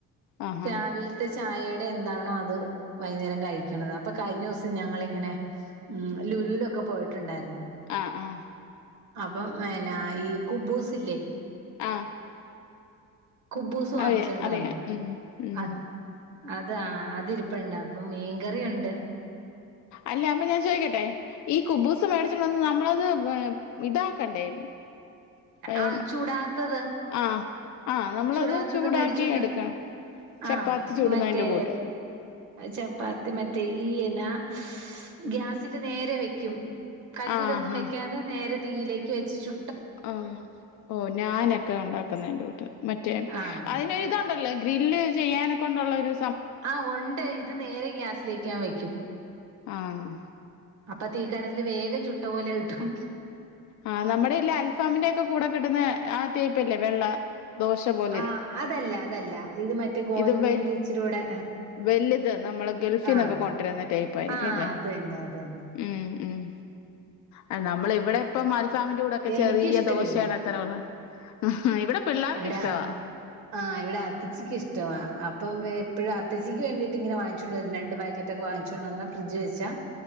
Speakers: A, on the left (about 60°); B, on the right (about 60°).
A: ആഹാ
B: രാവില് ത്തെ ചായയുടെ എന്താണോ അത് വയ്യ്ന്നേരം കഴിക്കണത്. അപ്പൊ കഴിഞ്ഞ ദിവസം ഞങ്ങളിങ്ങനെ ഉം ലുലൂലൊക്ക പോയിട്ടൊണ്ടാരുന്നു
A: ആഹ് ആഹ്
B: അപ്പം അ പിന്നാ ഈ കുബ്ബൂസ്സ് ഇല്ലേ
A: ആഹ്
B: കുബ്ബൂസ് വാങ്ങിച്ചോണ്ട്
A: അറിയാം അറിയാം
B: വന്
A: ഉം ഉം
B: അ അത് അതിരിപ്പണ്ട് അപ്പം മീൻകറി ഒണ്ട്
A: അല്ല അപ്പൊ ഞാൻ ചോദിക്കട്ടെ ഈ കുബ്ബൂസ് മേടിച്ചോണ്ട് വന്ന് നമ്മളത് ബേ ഇതാക്കണ്ടേ ഏഹ്
B: ആഹ ചുടാത്തത്
A: ആഹ് ആഹ് നമ്മളത്
B: ചുടാത്തത്
A: ചൂടാക്കി
B: മേടിച്ചോണ്ട്
A: എടുക്കണം ചപ്പാത്തി
B: ആ
A: ചുടുന്നതിൻ്റെ
B: മറ്റേ
A: കൂട്ട്
B: ചപ്പാത്തി മറ്റേ ഈ എന്നാ ഗ്യാസില് നേരെ വെക്കും കല്ലിലൊന്നും
A: ആഹ്
B: വെക്കാതെ
A: ആഹ്
B: നേരെ തീയിലേക്ക് വെച്ച് ചു
A: ആഹ് ഓ നാനൊക്കെ ഒണ്ടാക്കന്ന അയ്ന്റെ കൂട്ട് മറ്റേ
B: ആഹ്
A: അതിനൊത്ണ്ടല്ലോ ഗ്രില്ല് ചെയ്യാന കൊണ്ടൊ ള്ളൊരു
B: ആഹ് ഒണ്ട് ഇത് നേരെ ഗ്യാസിലേക്ക് ഞാൻ വെക്കും
A: ആഹ്
B: അപ്പൊ തീക്കനലില് വേഗം ചുട്ട പോലെ കിട്ടും
A: ആഹ് നമ്മടെ ഇല്ല അൽഫാമിന്റെ ഒക്കെ കൂടെ കിട്ടുന്ന ആ ടൈപ്പല്ലേ വെള്ള ദോശപോ
B: ആഹ് അതല്ല അതല്ല ഇത് മറ്റേ ഗോതമ്പിന്റെ
A: ഇത് വെ
B: ഇച്ചിരൂടെ
A: വലുത് നമ്മള് ഗൾഫീന്നൊക്കെ
B: ആഹ്
A: കൊണ്ടരുന്ന ടൈപ്പായിരിക്കും
B: ആഹ്
A: അല്ലേ
B: അത് തന്നെ അത് തന്നെ
A: ഉം ഉം അത് നമ്മള് ഇവടെ ഇപ്പം അൽഫാമിന്റെ കൂടൊക്കെ ചെറിയ
B: എനിക്കിഷ്ടമില്ല
A: ദോശേടത് തരാ ഒള്ളെ ഇവിടെ പിള്ളാർക്ക്
B: എവിടാ
A: ഇഷ്ടവാ
B: ആഹ് ഇവിടെ അത്തച്ചിക്ക് ഇഷ്ടവാ അപ്പം എപ്പഴും അത് അത്ത്ജിക്ക് വേണ്ടീട്ട് ഇങ്ങനെ വാച്ചോണ്ട് വരും രണ്ട് പാക്കറ്റൊക്കെ വാച്ചോണ്ട് വന്ന് ഫ്രിഡ്ജി വച്ചാ